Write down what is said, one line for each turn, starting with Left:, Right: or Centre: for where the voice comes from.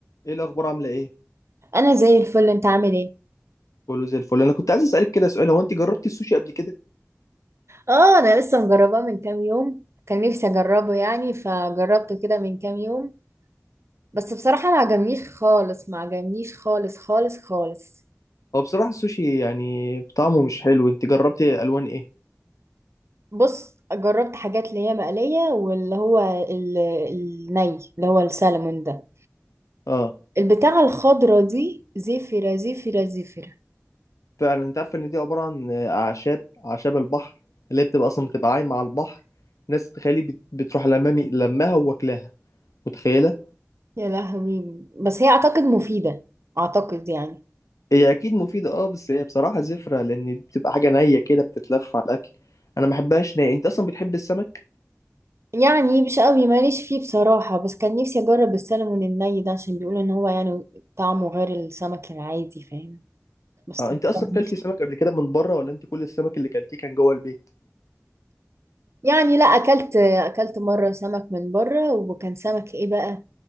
Left: ايه الاخبار عامله ايه
Right: انا زي الفل انت عامل ايه
Left: كله زي الفل انا كنت عايز اسالك كده سؤال هو انت جربتي السوشي قبل كده
Right: اه انا لسه مجرباه من كام يوم كان نفسي اجربه يعني فجربته كده من كام يوم بس بصراحة ما عجبنيش خالص ما عجبنيش خالص خالص خالص
Left: هو بصراحه السوشي يعني طعمه مش حلو انت جربتي الوان ايه
Right: بص جربت حاجات اللي هي مقلية واللي هو ال- الني اللي هو السلمون ده
Left: اه
Right: البتاعة الخضرة دي زفرة زفرة زفرة
Left: فعلا انت عارفه ان دي عباره عن اعشاب اعشاب البحر اللي هي بتبقى اصلا بتبقى عايمه على البحر ناس تخيلي بت- بتروح لمامي لماها وواكلاها متخيله
Right: يا لهوي بس هي اعتقد مفيدة اعتقد يعني
Left: هي اكيد مفيده اه بس هي بصراحه زفره لان دي بتبقى حاجه نيه كده بتتلف على الاكل انا ما بحبهاش نيه انت اصلا بتحب السمك
Right: يعني مش قوي ماليش فيه بصراحة بس كان نفسي أجرب السلمون الني ده عشان بيقولوا إن هو يعني طعمه غير السمك العادي فاهم بس
Left: اه انت اصلا
Right: مجربتش.
Left: كلتي سمك قبل كده من بره ولا انت كل السمك اللي كلتيه كان جوه البيت
Right: يعني لا أكلت أكلت مرة سمك من بره وكان سمك إيه بقى